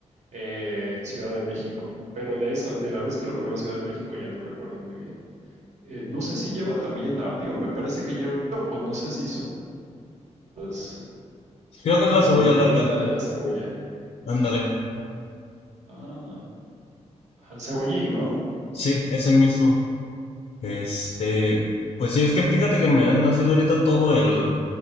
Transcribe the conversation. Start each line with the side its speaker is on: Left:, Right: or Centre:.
Right: eh, en Ciudad de México. Pero de esa, de la vez que lo probé en Ciudad de México ya no recuerdo muy bien. Eh, no sé si lleva también apio, me parece que lleva, apio, o no sé si son las
Left: Creo que es la
Right: como
Left: cebolla
Right: la colita
Left: larga.
Right: de la cebolla.
Left: Ándale.
Right: Y, ah, al cebollín, ¿no?
Left: Sí, ese mismo. Este, pues sí, es que
Right: Ah,
Left: fíjate
Right: ya.
Left: que me han nacido ahorita todo el,